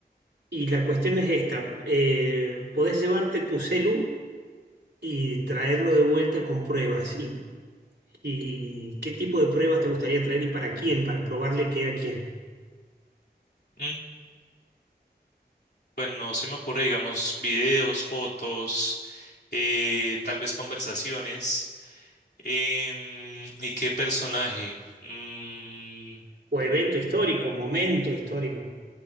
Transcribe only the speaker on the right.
Y la cuestión es esta, eh, podés llevarte tu celu y traerlo de vuelta con pruebas. Y, y qué tipo de pruebas te gustaría traer y para quién? Para probarle qué a quién.
O evento histórico, momento histórico.